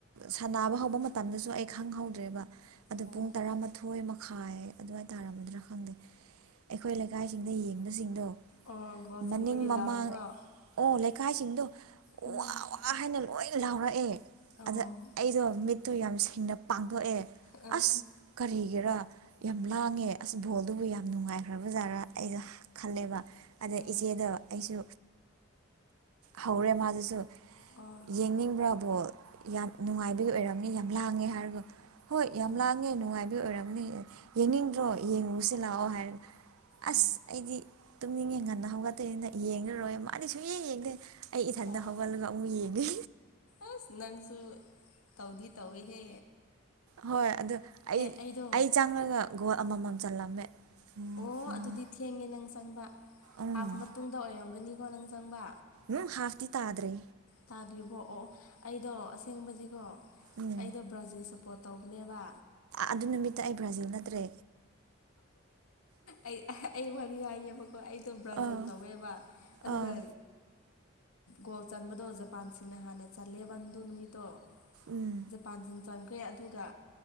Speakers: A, on the right; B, on the left.
A: ꯁꯥꯟꯅꯕ ꯍꯧꯕ ꯃꯇꯝꯗꯁꯨ ꯑꯩ ꯈꯪꯍꯧꯗ꯭ꯔꯦꯕ ꯑꯗꯨ
B: ꯑꯣ
A: ꯄꯨꯡ ꯇꯔꯥꯃꯥꯊꯣꯏ ꯈꯥꯏ ꯑꯗꯨꯋꯥꯏꯇꯥꯥꯔꯝꯃꯗ꯭ꯔꯥ ꯈꯪꯗꯦ ꯑꯩꯈꯣꯏ ꯂꯩꯀꯥꯏꯁꯤꯡꯗ ꯌꯦꯡꯕꯁꯤꯡꯗꯣ
B: ꯑꯣ ꯒꯣꯜ ꯆꯟꯕꯒꯤ
A: ꯃꯅꯤꯡ ꯃꯃꯥꯡ
B: ꯂꯥꯎꯔꯛꯄ꯭ꯔꯣ
A: ꯑꯣ ꯂꯩꯀꯥꯏꯁꯤꯡꯗꯣ ꯋꯥ
B: ꯎꯝ
A: ꯋꯥ ꯍꯥꯏꯅ ꯂꯣꯏ ꯂꯥꯎꯔꯛꯑꯦ
B: ꯑꯣ
A: ꯑꯗ ꯑꯩꯗꯣ ꯃꯤꯠꯇꯣ ꯌꯥꯝ ꯁꯦꯡꯅ ꯄꯥꯝ ꯊꯣꯛꯣꯛꯑꯦ
B: ꯑꯥ
A: ꯑꯁ ꯀꯔꯤ ꯔꯥ ꯌꯥꯝ ꯂꯥꯡꯉꯦ ꯑꯁ ꯕꯣꯜꯗꯨꯕꯨ ꯌꯥꯝ ꯅꯨꯡꯉꯥꯏꯈ꯭ꯔꯕ ꯖꯥꯔꯥ ꯑꯩꯁꯨ ꯈꯜꯂꯦꯕ ꯑꯗ
B: ꯑꯥ
A: ꯏꯆꯦꯗ ꯑꯩꯁꯨ ꯍꯧꯔꯦ ꯃꯥꯗꯨꯁꯨ
B: ꯑꯣ
A: ꯌꯦꯡꯅꯤꯡꯕ꯭ꯔꯕꯣ ꯌꯥꯝ ꯅꯨꯡꯉꯥꯏꯕꯒꯤ ꯑꯣꯏꯔꯝꯅꯤ ꯌꯥꯝ ꯂꯥꯡꯉꯦ ꯍꯥꯏꯔꯒ ꯍꯣꯏ ꯌꯥꯝ
B: ꯎꯝ
A: ꯂꯥꯡꯉꯦ ꯅꯨꯡꯉꯥꯏꯕꯤ ꯑꯣꯏꯔꯝꯅꯤ ꯌꯦꯡꯅꯤꯡꯗ꯭ꯔꯣ ꯌꯦꯡꯉꯨꯁꯤ ꯂꯥꯛꯑꯣ ꯍꯥꯏꯔ ꯑꯁ
B: ꯎꯝ
A: ꯑꯩꯗꯤ ꯇꯨꯝꯅꯤꯡ ꯌꯦꯡ ꯉꯟꯅ ꯍꯧꯒꯠꯇꯣꯏꯅꯤꯅ ꯌꯦꯡꯂꯡꯉꯨꯔꯣꯏ ꯃꯥꯗꯤ ꯁꯨꯡꯌꯦ ꯌꯦꯡꯗꯦ ꯑꯩ ꯏꯊꯟꯇ
B: ꯑꯣ
A: ꯍꯧꯒꯠꯂꯒ ꯑꯃꯨꯛ ꯌꯦꯡꯉꯦ
B: ꯑꯁ ꯅꯪꯁꯨ ꯇꯧꯗꯤ ꯇꯧꯏ ꯍꯦ
A: ꯍꯣꯏ ꯑꯗꯨ ꯑꯩ
B: ꯑꯩꯗꯣ
A: ꯑꯩ ꯆꯪꯉꯒ ꯒꯣꯜ ꯑꯃꯃꯝ ꯆꯜꯂꯝꯃꯦ ꯎꯝ
B: ꯑꯣ
A: ꯎꯝ
B: ꯑꯗꯨꯗꯤ ꯊꯦꯡꯉꯦ ꯅꯪ ꯆꯪꯕ
A: ꯎꯝ
B: ꯍꯥꯐ ꯃꯇꯨꯡꯗ ꯑꯣꯏꯔꯝꯒꯅꯤꯀꯣ ꯅꯪ ꯆꯪꯕ
A: ꯎꯝ ꯍꯥꯥꯥꯛꯇ ꯇꯗ꯭ꯔꯦ
B: ꯇꯥꯗ꯭ꯔꯤꯕꯣ ꯑꯣ ꯑꯩꯗꯣ ꯑꯁꯦꯡꯕꯗꯤꯀꯣ
A: ꯎꯝ
B: ꯑꯩꯗꯣ ꯕ꯭ꯔꯥꯖꯤꯜ ꯁꯄ ꯄꯣ ꯇꯧꯅꯦꯕ
A: ꯑꯗꯨ ꯅꯨꯃꯤꯠꯇ ꯑꯩ ꯕ꯭ꯔꯥꯖꯤꯜ ꯅꯠꯇ꯭ꯔꯦ
B: ꯑꯩ ꯑꯩ ꯋꯥꯔꯤꯔꯤ ꯍꯥꯏꯌꯦ ꯍꯣꯏ ꯑꯩꯗꯣ ꯕ꯭ꯔꯥꯖꯤꯜ
A: ꯑꯥ
B: ꯇꯧꯋꯦꯕ ꯑꯗꯨꯒ
A: ꯑꯥ
B: ꯒꯣꯜ ꯆꯟꯕꯗꯣ ꯖꯄꯥꯟꯁꯤꯡꯅ ꯍꯥꯟꯅ ꯆꯜꯂꯦꯕꯟꯗꯨ ꯅꯨꯃꯤꯠꯇꯣ
A: ꯎꯝ
B: ꯖꯄꯥꯟꯁꯤ ꯆꯟꯈ꯭ꯔꯦ ꯑꯗꯨꯒ